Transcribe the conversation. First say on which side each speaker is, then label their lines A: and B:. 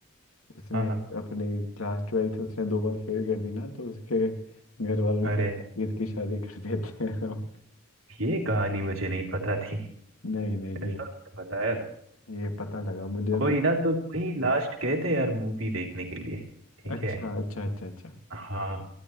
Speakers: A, on the left; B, on the right.
A: उसने
B: हाँ हाँ
A: अपने क्लास ट्वेल्थ उसने दो बार फेल कर दी ना तो उसके घर वालों ने सोचा
B: अरे
A: कि इसकी शादी कर देते हैं हम
B: ये कहानी मुझे नहीं पता थी
A: नहीं नहीं
B: ऐसा
A: ये
B: उसने बताया था
A: ये पता लगा मुझे
B: कोई
A: अभी
B: ना तो वही लास्ट गए थे यार मूवी देखने के लिए ठीक
A: अच्छा
B: है
A: अच्छा अच्छा अच्छा
B: हाँ